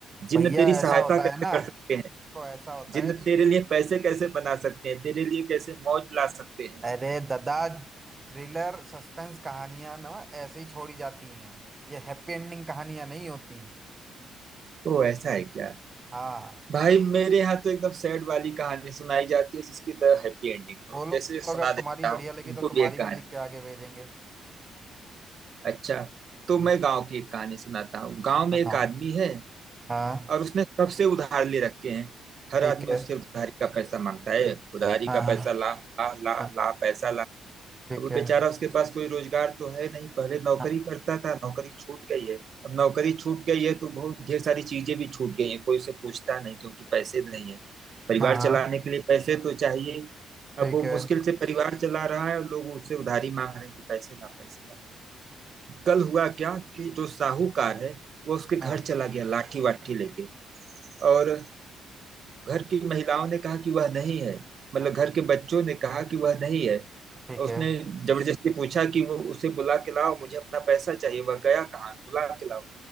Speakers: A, on the right (about 55°); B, on the right (about 25°).
A: जिन्न
B: भैया
A: तेरी सहायता
B: ऐसा होता
A: कैसे
B: है ना
A: कर सकते हैं
B: तो ऐसा होता
A: जिन्न
B: है कि
A: तेरे लिए पैसे कैसे बना सकते हैं तेरे लिए कैसे मौज ला सकते हैं
B: अरे दादा थ्रिलर सस्पेंस कहानियां ना ऐसे ही छोड़ी जाती हैं ये हैप्पी एंडिंग कहानियां नहीं होती
A: तो ऐसा है क्या
B: हाँ
A: भाई मेरे यहाँ तो एकदम सैड वाली कहानी सुनाई जाती है जिसकी द हैप्पी एंडिंग हो
B: बोलो
A: जैसे सुना
B: अगर
A: देता
B: तुम्हारी बढ़िया
A: हूँ
B: लगी
A: तुमको
B: तो तुम्हारी
A: भी एक कहानी
B: भी लिख के आगे भेजेंगे
A: अच्छा तो
B: हम्म,
A: मैं गांव की एक कहानी सुनाता हूँ गांव में
B: सुनाओ
A: एक आदमी है
B: हाँ
A: और उसने सबसे उधार ले रखे हैं हर
B: ठीक
A: आदमी
B: है
A: उससे उधारी का पैसा मांगता है उधारी
B: हाँ
A: का
B: हाँ
A: पैसा ला ला ला
B: हाँ,
A: ला पैसा
B: ठीक
A: अब
B: है
A: बेचारा उसके पास कोई रोजगार तो है नहीं पहले नौकरी
B: हाँ
A: करता था नौकरी छूट गई है अब नौकरी छूट गई है तो बहुत ढेर सारी चीजें भी छूट गई हैं कोई उसे पूछता नहीं क्योंकि पैसे नहीं है परिवार
B: हाँ हाँ,
A: चलाने के लिए पैसे तो चाहिए अब
B: ठीक
A: वो
B: है
A: मुश्किल से परिवार चला रहा है और लोग उससे उधारी मांग रहे हैं कि पैसे ला पैसे ला कल हुआ क्या कि जो साहूकार है वो उसके घर
B: हाँ
A: चला गया लाठी वाठी लेके और घर की महिलाओं ने कहा कि वह नहीं है मतलब
B: हाँ,
A: घर के बच्चों ने कहा कि वह नहीं है
B: ठीक
A: उसने
B: है
A: जबरदस्ती पूछा कि वो उसे बुला के लाओ मुझे अपना पैसा चाहिए वह गया कहाँ बुला के लाओ